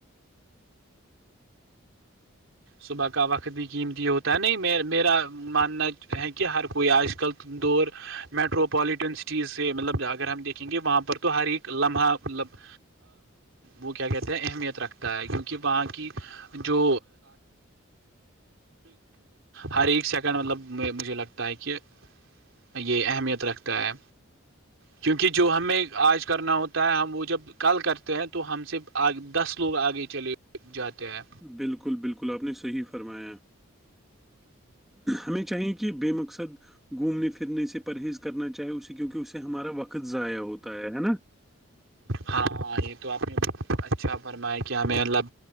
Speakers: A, on the right (about 65°); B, in the centre.
A: صبح کا وقت بھی قیمتی ہوتا ہے نہیں میرا ماننا ہے کہ ہر کوئی آج کل دور میٹروپولیٹن سٹیز سے مطلب اگر ہم دیکھیں گے وہاں پر تو ہر ایک لمحہ مطلب وہ کیا کہتے ہیں اہمیت رکھتا ہے کیونکہ وہاں کی جو ہر ایک سیکنڈ مطلب مجھے لگتا ہے کہ یہ اہمیت رکھتا ہے کیونکہ جو ہمیں آج کرنا ہوتا ہے ہم وہ جب کل کرتے ہیں تو ہم سے آ دس لوگ آگے چلے جاتے ہیں
B: بالکل بالکل آپ نے صحیح فرمایا ہمیں چاہییںے کہ بے مقصد گھومنے پھرنے سے پرہیز کرنا چاہے اسے کیونکہ اسے ہمارا وقت ضائع ہوتا ہے نا
A: ہاں ہاں یہ تو آپ نے اچھا فرمایا کیا ہمیں مطلب